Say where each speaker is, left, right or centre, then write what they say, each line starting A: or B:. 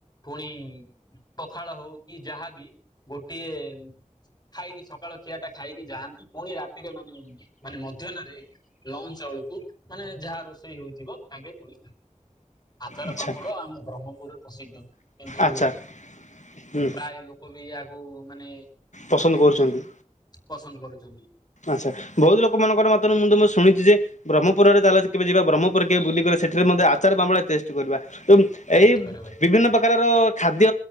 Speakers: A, on the left (about 30°); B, on the left (about 70°).
A: ପୁଣି ପଖାଳ ହଉ କି ଯାହାବି ଗୋଟିଏ ଖାଇକି ସକାଳ ଖିଆ ଟା ଖାଇକି ଯାଆନ୍ତି ପୁଣି ରାତିରେ ମାନେ ମାନେ ମଧ୍ୟାନରେ ଲ ଞ୍ଚ ବେଳକୁ ମାନେ ଯାହା ରୋଷେଇ ହୋଇଥିବ ତାଙ୍କେ ପୁଣି ଆଚାର
B: ଆଚ୍ଛା
A: ପାମ୍ପଡ଼ ଆମ ବ୍ରହ୍ମପୁରରେ ପ୍ରସିଦ୍ଧ। କିନ୍ତୁ
B: ଆଚ୍ଛା ହୁଁ
A: ପ୍ରାୟ ଲୋକ ବି ଏହାକୁ ମାନେ
B: ପସନ୍ଦ କରୁଚନ୍ତି।
A: ପସନ୍ଦ କରୁଛନ୍ତି।
B: ଆଚ୍ଛା ବହୁତ ଲୋକ ମାଙ୍କର ମତରୁ ମୁଁ ତ ମୁଁ ଶୁଣିଚି ଯେ ବ୍ରହ୍ମପୁରରେ ତାଲା କେବେ ଯିବା ବ୍ରହ୍ମପୁରରେ କେବେ ବୁଲିବା। ସେଠାରେ ମଧ୍ୟ ଆଚାର ପାମ୍ପଡ ଟେଷ୍ଟ କରିବା ତ
A: ଟେଷ୍ଟ
B: ଏଇ
A: କରିବେ
B: ବିଭିନ୍ନ ପ୍ରକାରର ଖାଦ୍ୟ